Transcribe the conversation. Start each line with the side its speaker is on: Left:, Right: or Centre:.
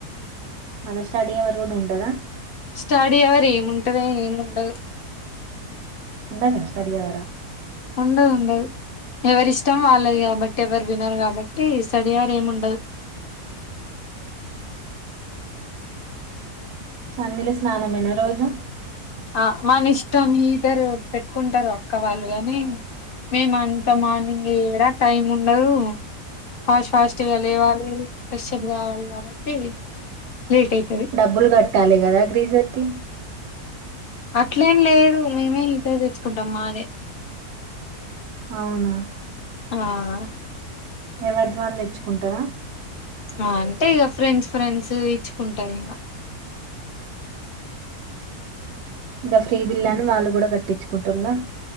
Right: మన స్టడీ అవర్ కూడా ఉంటదా.
Left: స్టడీ అవరు ఏముంటది ఏముండదు.
Right: ఉండానే స్టడి అవర్ ఆ.
Left: ఉండదుండదు ఎవరి ఇష్టం వాళ్ళది కాబట్టి ఎవరు వినరు కాబట్టి స్టడీ అవర్ ఏమి ఉండదు.
Right: చన్నీళ్లు స్నానమేనా రోజు.
Left: ఆ మన ఇష్టం హీటర్ పెట్టుకుంటారు అక్క వాళ్ళు కాని మేము అంతా మార్నింగ్ ఎడా టైం ఉండదు. ఫాస్ట్ ఫాస్ట్గా లేవాలి ఫ్రెష్ అప్ కావాలి కాబట్టి. లేట్ అయితది
Right: డబ్బులు కట్టాలి కదా గ్రీజర్ కి.
Left: అట్లేం లేదు మేమే హీటర్ తెచ్చుకుంటాం మాదే.
Right: అవునా
Left: ఆహ్.
Right: ఎవరిది వాళ్ళు తెచ్చుకుంటారా.
Left: ఆహ్ అంటే ఇంకా ఫ్రెండ్స్ ఫ్రెండ్స్ ఇచ్చుకుంటారు ఇంకా.
Right: ద ఫ్రీ బిల్లని వాళ్ళు కూడా కట్టించుకుంటుల్ల